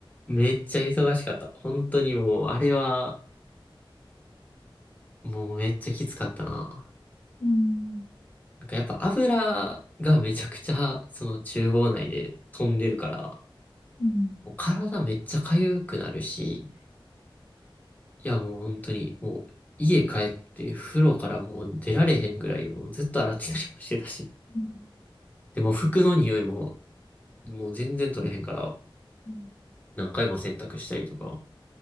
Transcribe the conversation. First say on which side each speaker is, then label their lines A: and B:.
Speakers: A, on the left; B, on the left.
A: めっちゃ忙しかった。本当にもう、あれは、もうめっちゃきつかったな。
B: うん
A: なんかやっぱ油がめちゃくちゃその厨房内で飛んでるから、
B: うん
A: もう体めっちゃ痒くなるし、いやもう本当にもう家帰って風呂からもう出られへんぐらいもうずっと洗ってたりもしてたし。
B: うん
A: でも服の匂いももう全然取れへんから
B: うん
A: 何回も洗濯したりとか、